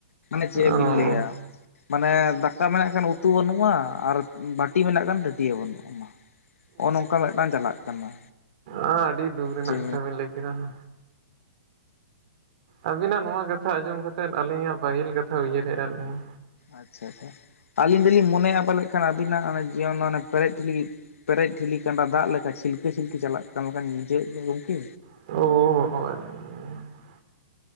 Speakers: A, on the left; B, on the right.
A: ᱢᱟᱱᱮ
B: ᱚ
A: ᱪᱮᱫ ᱵᱤᱱ ᱞᱟᱹᱭᱟ ᱢᱟᱱᱮ ᱫᱟᱠᱟ ᱢᱮᱱᱟᱜ ᱠᱷᱟᱱ ᱩᱛᱩ ᱵᱟᱹᱱᱩᱜᱼᱟ ᱟᱨ ᱵᱟᱹᱴᱤ ᱢᱮᱱᱟᱜ ᱠᱷᱟᱱ ᱴᱟᱹᱴᱭᱟᱹ ᱵᱟᱹᱱᱩᱜ ᱢᱟ ᱱᱚᱜᱼᱚ ᱱᱚᱝᱠᱟ ᱢᱤᱫᱴᱟᱝ ᱪᱟᱞᱟᱜ ᱠᱟᱱᱟ
B: ᱟ ᱟᱹᱰᱤ ᱫᱩᱠ ᱨᱮᱱᱟᱜ
A: ᱡᱮ
B: ᱠᱟᱛᱷᱟ ᱵᱮᱱ ᱞᱟᱹᱭ ᱠᱮᱫᱟ ᱦᱚ ᱟᱹᱵᱤᱱᱟᱜ ᱱᱚᱣᱟ ᱠᱟᱛᱷᱟ ᱟᱸᱡᱚᱢ ᱠᱟᱛᱮᱫ ᱟᱹᱞᱤᱧᱟᱜ ᱯᱟᱹᱦᱤᱞ ᱠᱟᱛᱷᱟ ᱩᱭᱦᱟᱹᱨᱦᱮᱫᱼᱟᱜ ᱞᱤᱧᱟ
A: ᱟᱪᱪᱷᱟ ᱟᱪᱪᱷᱟ ᱟᱹᱞᱤᱧ ᱫᱚᱞᱤᱧ ᱢᱚᱱᱮᱭᱟ ᱯᱟᱞᱮᱫ ᱠᱷᱟᱱ ᱟᱵᱤᱱᱟᱜ ᱚᱱᱮ ᱡᱤᱭᱚᱱᱚᱱᱮ ᱯᱮᱨᱮᱡ ᱴᱷᱮᱞᱤᱜ ᱯᱮᱨᱮᱡ ᱴᱷᱤᱞᱤ ᱠᱟᱸᱰᱟ ᱫᱟᱜ ᱞᱮᱠᱟ ᱪᱷᱤᱞᱠᱟᱹ ᱪᱷᱤᱞᱠᱟᱹ ᱪᱟᱞᱟᱜ ᱠᱟᱱ ᱞᱮᱠᱟᱧ ᱵᱩᱡᱷᱟᱹᱣ ᱫᱚ ᱜᱚᱢᱠᱮ
B: ᱚ